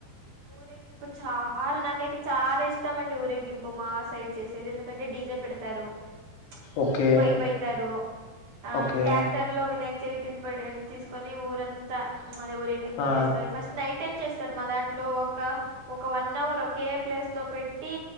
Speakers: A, on the right; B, on the left.
A: ఊరేగింపు చాలా నాకైతే చాలా ఇష్ తమండి ఊరగింపు మా సైడ్ చేసే ఎందుకంటే డిజె పెడతారు ఫుల్
B: ఓకే
A: వైబ్ అయితారు ఆ
B: ఓకే
A: టాక్టర్ లో వినాయక చవి తింపడం తీసుకొని ఊరంతా మది ఊరేగింపుది
B: ఆ
A: చేస్తారు ఫస్ట్ నైట్ ఏం చేస్తారు మా దాంట్లో ఒక ఒక వన్ అవర్ ఒకే ప్లేస్ లో పెట్ టీ